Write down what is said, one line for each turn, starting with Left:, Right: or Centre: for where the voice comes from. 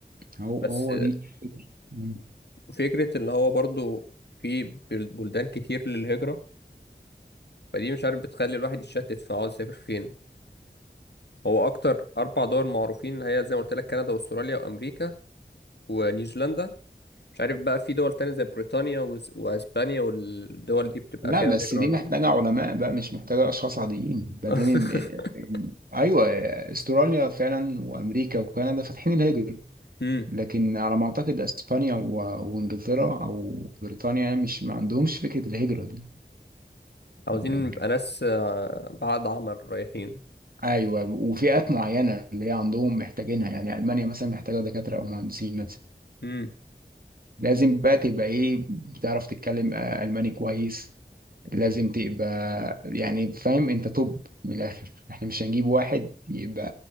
Right: هو
Left: بس
Right: هو دي مم.
Left: فكرة اللي هو برضو في بل- بلدان كتير للهجرة فدي مش عارف بتخلي الواحد يتشتت في عاوز يسافر فين هو أكتر أربع دول معروفين اللي هي زي ما قلت لك كندا وأستراليا وأمريكا ونيوزيلندا مش عارف بقى في دول تانية زي بريطانيا وز- واسبانيا والدول دي بتبقى
Right: لا
Left: فيها
Right: بس
Left: هجرة
Right: دي
Left: ولا
Right: محتاجة
Left: لا
Right: علماء بقى مش محتاجة أشخاص عاديين بعدين
Left: <laughs>
Right: ال- ال- أيوة أستراليا فعلا وأمريكا وكندا فاتحين الهجرة
Left: امم
Right: لكن على ما اعتقد اسبانيا و... وانجلترا او بريطانيا يعني مش ما عندهمش فكره الهجره دي
Left: عاوزين
Right: يعني
Left: نبقى ناس آه، بعد عمل رايحين
Right: ايوه وفئات معينه اللي هي عندهم محتاجينها يعني المانيا مثلا محتاجه دكاتره او مهندسين مثلا
Left: امم
Right: لازم بقى تبقى ايه بتعرف تتكلم آه، الماني كويس لازم تبقى يعني فاهم انت طب من الاخر احنا مش هنجيب واحد يبقى